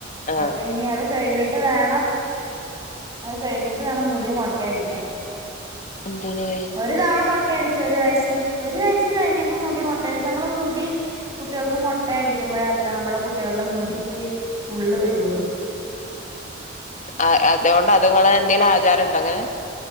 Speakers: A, on the left (about 40°); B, on the right (about 20°).
A: ആഹ്
B: അപ്പൊ ഇനി അത് അത് കഴിഞ്ഞിട്ട് വേണം അത് കഴിഞ്ഞിട്ട് വേണം മുടി മൊട്ടയടിക്കാൻ
A: എന്തിന്
B: ഒരു തവണ മൊട്ട ട്ടടച്ച് ഒരു വയസ് സ് ഒരു വയസ് കഴിഞ്ഞപ്പോ മുടി മൊട്ടയടിച്ച് നമ്മൾ മുടി കുട്ടികൾക്ക് മൊട്ടയടി ടിക്കുമ്പയാത്രാ നമ്മുടെ കുട്ടികളുടെ മുടിക്ക് ഉള്ള് വരുള്ളൂ
A: ആ അതുകൊണ്ട് അതുങ്ങളെ എന്തെങ്കിലും ആ ചാരം ഉണ്ടോ അങ്ങനെ